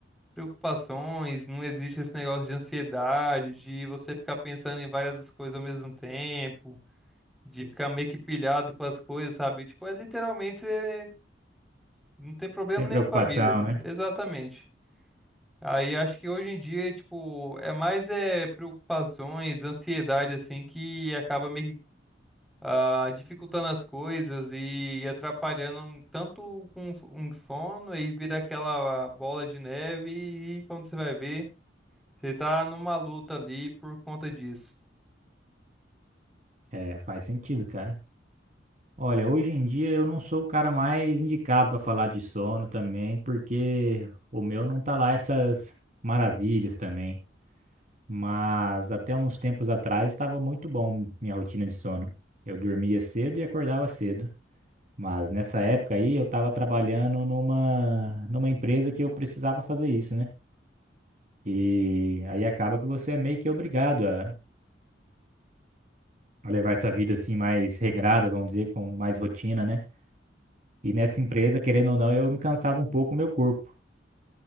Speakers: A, in the centre; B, on the right.
A: preocupações, não existe esse negócio de ansiedade, de você ficar pensando em várias coisas ao mesmo tempo, de ficar meio que pilhado com as coisas, sabe? Tipo, é literalmente você não tem problema
B: Sem
A: nenhum
B: preocupação,
A: com a vida.
B: né?
A: Exatamente. Aí acho que hoje em dia, tipo, é mais é preocupações, ansiedade assim que acaba meio que ah, dificultando as coisas e atrapalhando um tanto com um sono e vira aquela bola de neve e quando você vai ver, você tá numa luta ali por conta disso.
B: É, faz sentido, cara. Olha, hoje em dia eu não sou o cara mais indicado para falar de sono também, porque o meu não tá lá essas maravilhas também. Mas até uns tempos atrás estava muito bom minha rotina de sono. Eu dormia cedo e acordava cedo. Mas nessa época aí eu estava trabalhando numa, numa empresa que eu precisava fazer isso, né? E aí acaba que você é meio que obrigado a, a levar essa vida assim mais regrada, vamos dizer, com mais rotina, né? E nessa empresa, querendo ou não, eu me cansava um pouco o meu corpo.